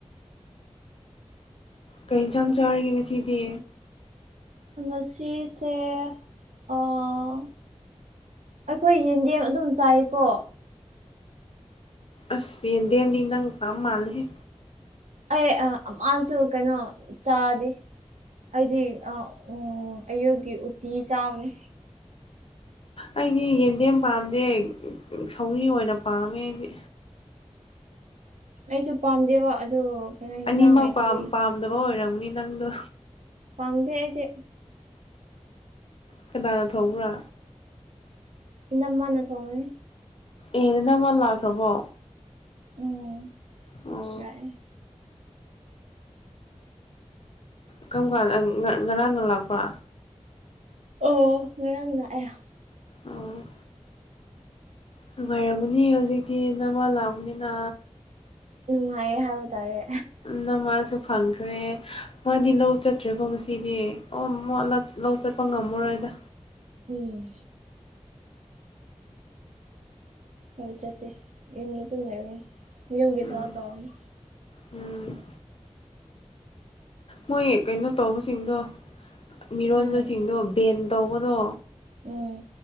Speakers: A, on the left; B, on the right.
A: ꯀꯩ ꯏꯟꯁꯥꯡ ꯆꯥꯔꯒꯦ ꯉꯁꯤꯗꯤ꯫
B: ꯉꯁꯤꯁꯦ ꯑꯥ꯫ ꯑꯩꯈꯣꯏ ꯌꯦꯟꯗꯦꯝ ꯑꯗꯨꯝ ꯆꯥꯏꯀꯣ꯫
A: ꯑꯁ ꯌꯦꯟꯗꯦꯝꯗꯤ ꯅꯪ ꯄꯥꯝ ꯃꯥꯜꯂꯦ ꯍꯦ꯫
B: ꯑꯩ ꯑꯃꯥꯁꯨ ꯀꯩꯅꯣ ꯆꯥꯗꯦ꯫ ꯑꯩꯗꯤ ꯑꯑꯌꯨꯛꯀꯤ ꯎꯇꯤ ꯆꯥꯕꯅꯤ꯫
A: ꯑꯩꯗꯤ ꯌꯦꯟꯗꯦꯝ ꯄꯥꯝꯖꯦ ꯁꯧꯒꯔꯤ ꯑꯣꯏꯅ ꯄꯥꯝꯃꯦ ꯑꯩꯗꯤ꯫
B: ꯑꯩꯁꯨ ꯄꯥꯝꯗꯦꯕ ꯑꯗꯨ꯫ ꯀꯩꯅꯣ ꯍꯤꯟꯖꯥꯡ
A: ꯑꯅꯤꯃꯛ
B: ꯂꯩꯇꯕꯒꯤꯀꯣ
A: ꯄꯥꯝ ꯄꯥꯝꯗꯕ ꯑꯣꯏꯔꯝꯅꯤ ꯅꯪꯗꯣ꯫
B: ꯄꯥꯝꯗꯦ ꯑꯩꯗꯤ꯫
A: ꯀꯅꯥꯅ ꯊꯣꯡꯕ꯭ꯔꯥ꯫
B: ꯏꯅꯝꯃ ꯅ ꯊꯣꯡꯏ꯫
A: ꯑꯦ ꯅꯅꯝꯃꯥ ꯂꯥꯛꯈ꯭ꯔꯕꯣ꯫
B: ꯎꯝ
A: ꯑꯣ
B: ꯂꯥꯛꯑꯦ꯫
A: ꯀꯔꯝ ꯀꯥꯟꯗ ꯉꯔꯥꯡ ꯉꯔꯥꯡꯅ ꯂꯥꯛꯄꯥ꯫
B: ꯑꯣ ꯉꯔꯥꯡ ꯂꯥꯛ ꯑꯦ꯫
A: ꯑꯣ꯫ ꯅꯨꯡꯉꯥꯏꯔꯝꯃꯅꯤ ꯍꯧꯖꯤꯛꯇꯤ ꯅꯃ ꯂꯥꯛꯕꯅꯤꯅ꯫
B: ꯅꯨꯡꯉꯥꯏꯌꯦ ꯍꯥꯏꯕ ꯇꯥꯔꯦ
A: ꯅꯃꯥꯖꯨ꯫ ꯐꯪꯈ꯭ꯔꯦ ꯃꯥꯗꯤ ꯂꯧ ꯆꯠꯇ꯭ꯔꯦꯀꯣ ꯉꯁꯤꯗꯤ ꯑꯣꯃ ꯂꯧ ꯆꯠꯄ ꯉꯝꯃꯔꯣꯏꯗ꯫
B: <unintelligible> ꯎꯝ꯫ ꯑꯩ ꯆꯠꯇꯦ ꯌꯨꯝꯗ ꯑꯗꯨꯝ ꯂꯩꯌꯦ ꯌꯨꯝꯒꯤ
A: ꯎꯝ
B: ꯊꯥꯕꯛ ꯇꯧꯅ꯫
A: ꯎꯝ ꯃꯣꯏ ꯀꯩꯅꯣ ꯇꯧꯕꯁꯤꯡꯗꯣ꯫ ꯃꯤꯔꯣꯟꯕꯁꯤꯡꯗꯣ
B: ꯎꯝ
A: ꯕꯦꯟ ꯇꯧꯕꯗꯣ
B: ꯎꯝ